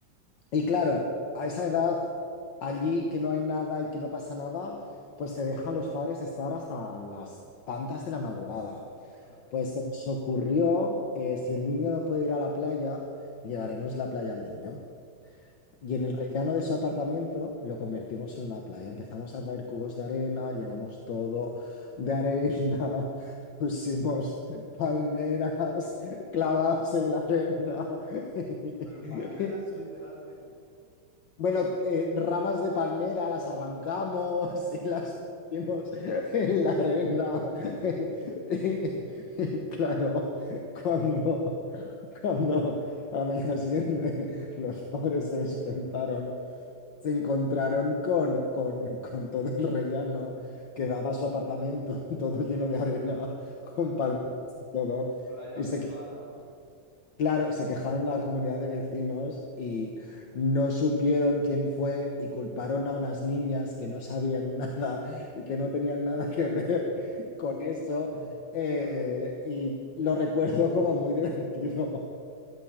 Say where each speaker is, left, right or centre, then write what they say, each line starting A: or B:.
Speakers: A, on the left; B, on the left.
A: Y claro, a esa edad, allí que no hay nada y que no pasa nada, pues te dejan los padres estar hasta las tantas de la madrugada.
B: claro.
A: Pues se nos ocurrió, eh, si el niño no puede ir a la playa, llevaremos la playa al niño. Y en el rellano de su apartamento lo convertimos en una playa. Empezamos a traer cubos de arena, llenamos todo de arena, <laughs> pusimos palmeras clavadas en la arena. <laughs>
B: Pero palmeras literalmente.
A: Bueno, eh, ramas de palmera las arrancamos y las ponemos en la arena. <laughs> Y Claro, cuando, cuando a la mañana siguiente los padres se despertaron, se
B: <laughs>
A: encontraron con, con, con todo el rellano que daba su apartamento, <laughs> todo lleno de arena,
B: Bueno,
A: con palmeras y todo,
B: playa
A: y se
B: privada, ¿no?
A: Claro, se quejaron a la comunidad de vecinos y no supieron quién fue y culparon a unas niñas que no sabían <laughs> nada y que no tenían nada que ver con eso. eh, y lo recuerdo como muy divertido.